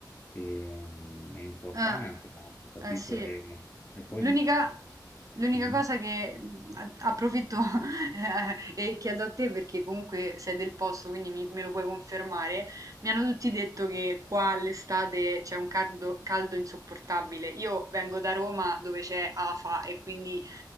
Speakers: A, on the left; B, on the right.
A: e, mm, è importante,
B: Ah,
A: anche, capito?
B: eh sì.
A: E, e poi...
B: L'unica l'unica
A: Mhm.
B: cosa che mh, a- approfitto <laughs> eh, e chiedo a te perché comunque sei del posto, quindi mi- me lo puoi confermare. Mi hanno tutti detto che qua all'estate c'è un caldo, caldo insopportabile. Io vengo da Roma dove c'è afa e quindi